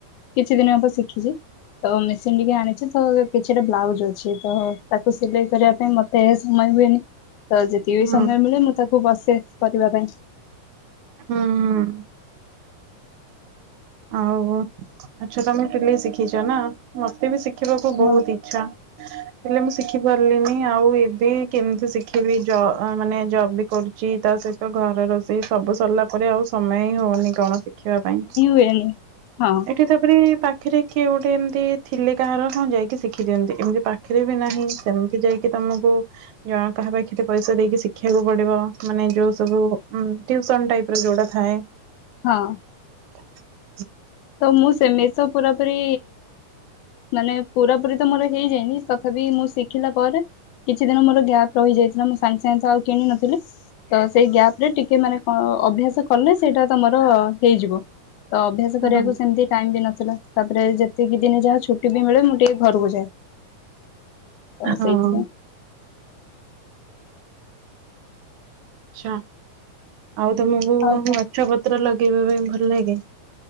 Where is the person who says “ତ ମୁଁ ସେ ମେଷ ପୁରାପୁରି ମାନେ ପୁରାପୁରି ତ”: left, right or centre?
Left